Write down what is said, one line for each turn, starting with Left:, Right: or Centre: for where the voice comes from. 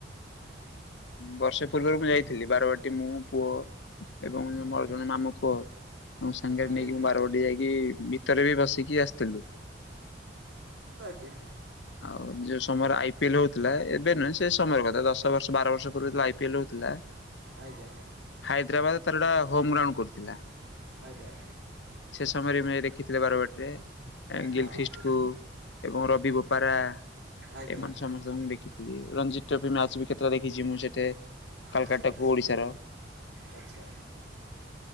Left: ବର୍ଷେ ପୂର୍ବରୁ ମୁଁ ଯାଇଥିଲି ବାରବାଟୀ ମୁଁ ପୁଅ ଏବଂ ମୋର ଜଣେ ମାମୁଁ ପୁଅ। ତମ ସାଙ୍ଗରେ ନେଇକି
Right: ଆଜ୍ଞା
Left: ମୁଁ ବାରବାଟୀ ଯାଇକି ଭିତରେ ବି ବସିକି ଆସିଥିଲୁ।
Right: ହଁ କି।
Left: ଆଉ ଯୋଉ ସମୟରେ ଆଇ ପି ଏଲ୍ ହୋଉଥିଲା ଏବେ ନାଇଁ ସେ ସମୟର କଥା ଦଶ ବର୍ଷ ବାର ବର୍ଷ ପୂର୍ବରୁ ଯେତେବେଳେ ଆଇ ପିଲେଲ୍ ହୋଉଥିଲା
Right: ଆଜ୍ଞା।
Left: ହାଇଦ୍ରାବାଦ ତାର ଗୋଟା ଗ୍ରାଉଣ୍ଡ କରିଥିଲା।
Right: ଆଜ୍ଞା।
Left: ସେ ସମୟରେ ଦେଖିଥିଲେ ବାରବାଟୀରେ
Right: ହଁ
Left: ଗିଲ୍ ଖ୍ରୀଷ୍ଟ କୁ ଏବଂ ରବି ଗୋ ପରା
Right: ଆଜ୍ଞା
Left: ଏମାନେ ସମସ୍ତଙ୍କୁ ମୁଁ ଦେଖିଥିଲି ରଞ୍ଜିତ ଟା ବି ମ୍ୟାଚ୍ ବି କେତେଟା ଦେଖିଛି ମୁଁ ସେତେ କାଲିସାର୍ଟ
Right: ଆଚ୍ଛା ଆଚ୍ଛା
Left: କୋଉ ଓଡିଶାର?
Right: ଆଚ୍ଛା